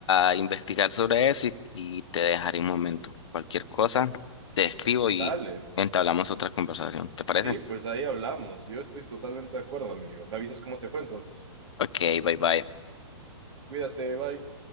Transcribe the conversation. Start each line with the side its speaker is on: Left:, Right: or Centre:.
Left: a investigar sobre eso y, y te dejaré un momento. Cualquier cosa, te escribo y
Right: Dale.
Left: entablamos otra conversación. ¿Te parece?
Right: Sí, pues ahí hablamos. Yo estoy totalmente de acuerdo, amigo. Me avisas cómo te fue entonces.
Left: Ok, bye bye.
Right: Cuídate, bye.